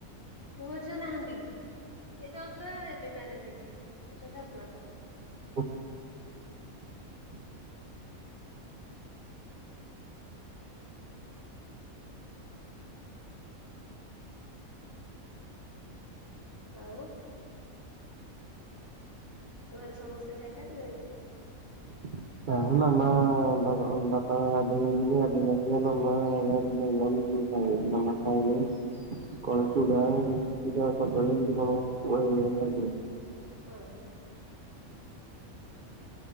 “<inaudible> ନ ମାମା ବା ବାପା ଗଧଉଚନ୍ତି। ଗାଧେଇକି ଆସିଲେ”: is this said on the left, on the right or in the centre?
Right